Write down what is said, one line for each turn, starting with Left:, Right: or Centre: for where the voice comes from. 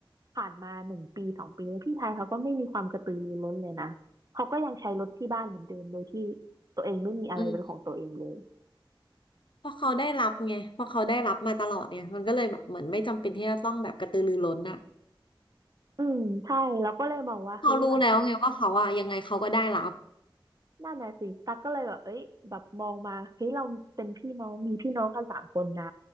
Right: ผ่านมาหนึ่งปีสองปีแล้วพี่ชายเขาก็ไม่มีความกระตือรือร้นเลยนะเขาก็ยังใช้รถที่บ้านเหมือนเดิมโดยที่ตัวเองไม่มีอะไรเป็นของตัวเองเลย
Left: อืม เพราะเขาได้รับไงเพราะเขาได้รับมาตลอดเนี่ยมันก็เลยแบบเหมือนไม่จำเป็นที่จะต้องแบบกระตือรือร้นนะ
Right: อืมใช่เราก็เลยมองว่าเฮ้ยแบบ
Left: เขารู้แล้วไงว่าเขาอะยังไงเขาก็ได้รับ
Right: นั่นน่ะสิตั๊กก็เลยแบบเอ้ยแบบมองมาเฮ้ยเราเป็นพี่น้องมีพี่น้องกันสามคนนะ